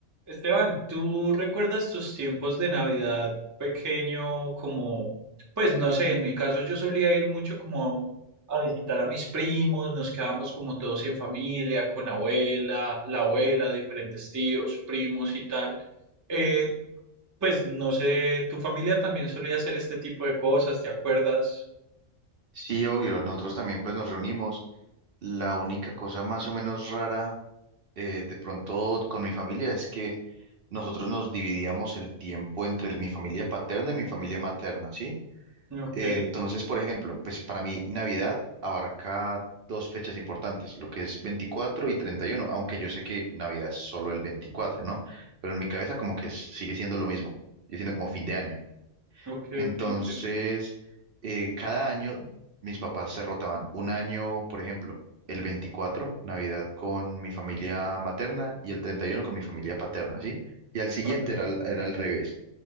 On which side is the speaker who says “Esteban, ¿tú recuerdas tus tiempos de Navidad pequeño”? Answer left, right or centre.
Right